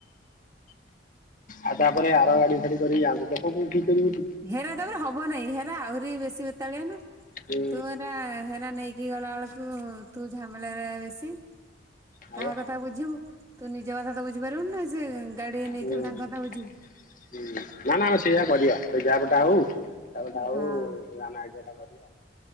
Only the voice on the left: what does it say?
ଆଉ ତାପରେ ଆର ଗାଡି ଫାଡି କରିକି ଯାଆନ୍ତୁ ଲୋକ କୋଉଠି କରିବେ କି?
ହୁଁ
ହଁ
ବା
ହୁଁ-ହଁ-ହଁ
ନା-ନା ସେଇଆ କରିବା ଯା ପ ଟା ହଉ ତାପଟ ହଉା
ଆମେ ଆଇଡ଼ିଆ ଟା କରିବା।